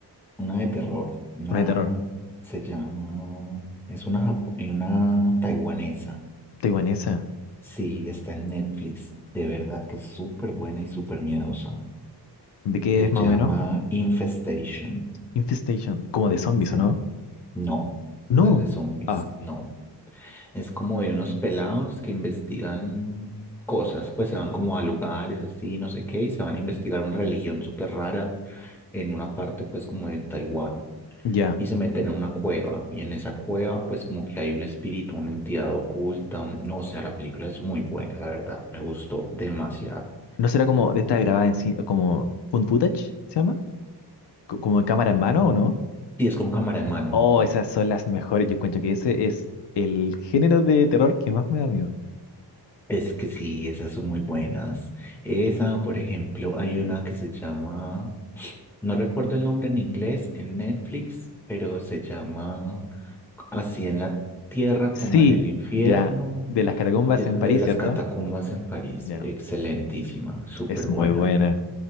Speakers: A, in the centre; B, on the left.
A: Una de terror, una
B: Una de terror.
A: se llama, es una, japo- eh, una taiwanesa,
B: Taiwanesa.
A: sí, está en Netflix, de verdad que es súper buena y súper miedosa.
B: ¿De qué
A: Se
B: es más
A: llama
B: o menos?
A: Infestation,
B: Infestation. Como de zombies,
A: sí,
B: ¿o no?
A: no, no
B: No.
A: es de zombies,
B: Ah,
A: no. Es como de unos pelados que investigan cosas, pues se van como a lugares así, no sé qué, y se van a investigar una religión súper rara en una parte pues como de Taiwán.
B: ya.
A: y se meten a una cueva. Y en esa cueva, pues como que hay un espíritu, una entidad oculta. un- No, o sea, la película es muy buena, la verdad. Me gustó demasiado.
B: ¿No será como de esta grabada en cine, como found footage, se llama? Co- ¿Como en cámara en mano o no?
A: Sí, es con cámara en mano.
B: Oh, esas son las mejores. Yo cuento que ese es el género de terror que más me da miedo.
A: Es que sí, esas son muy buenas. Esa, por ejemplo, hay una que se llama, no recuerdo el nombre en inglés, en Netflix, pero se llama Así en la tierra
B: Sí,
A: como en el infierno,
B: ya. De las catacumbas
A: que es
B: en
A: de
B: París,
A: las
B: ¿cierto?
A: catacumbas en París.
B: Ya.
A: Excelentísima, súper
B: Es
A: buena.
B: muy buena